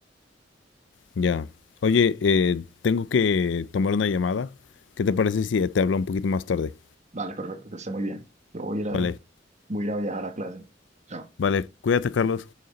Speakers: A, on the left (about 70°); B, on the right (about 40°).
A: ya, oye, eh, tengo que tomar una llamada. ¿Qué te parece si te hablo un poquito más tarde?
B: Vale, perfecto, que esté muy bien. Yo voy a ir a,
A: Vale,
B: voy a ir a viajar a clase. Chao.
A: vale, cuídate, Carlos.